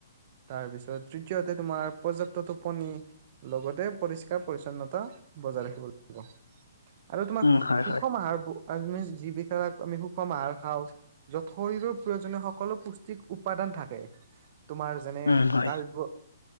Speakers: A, on the right; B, on the left.
A: তাৰপিছত তৃতীয়তে তোমাৰ পৰ্যাপ্ত টোপনি। লগতে পৰিষ্কাৰ-পৰিচ্ছন্নতা, বজাই ৰাখিব লাগিব। আৰু তোমাৰ
B: উম হয়
A: সুষম
B: হয়
A: আহাৰ যিবিকাক আমি সুষম আহাৰ খাওঁ। য'ত শৰীৰৰ প্ৰয়োজনীয় সকলো পুষ্টিক উপাদান থাকে, তোমাৰ যেনে-
B: উম হয়
A: কাৰ্ব,